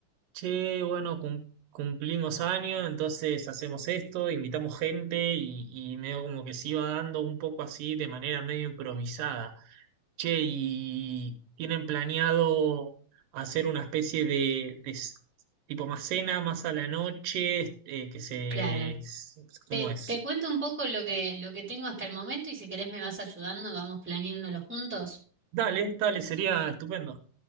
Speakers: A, on the right; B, in the centre.
A: che, bueno, cum- cumplimos años, entonces hacemos esto, invitamos gente y, y medio como que se iba dando un poco así de manera medio improvisada. Che, y tienen planeado hacer una especie de, de s- tipo más cena, más a la noche, eh, que se...
B: Claro.
A: s- ¿Cómo
B: Te,
A: es?
B: te cuento un poco lo que, lo que tengo hasta el momento y si querés me vas ayudando, vamos planeándolo juntos.
A: Dale, dale, sería estupendo.